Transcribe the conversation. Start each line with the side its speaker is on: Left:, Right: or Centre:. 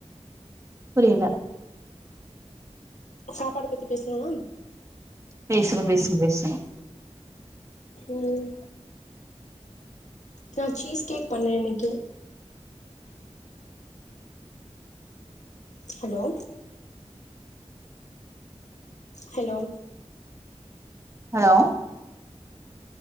Right: புரியல
Left: சாப்பாடு பத்தி பேசுலான்
Right: பேசுற பேசுற பேசுற
Left: ம் நா சீஸ் கேக் பண்ண இன்னைக்கு ஹலோ ஹலோ
Right: ஹலோ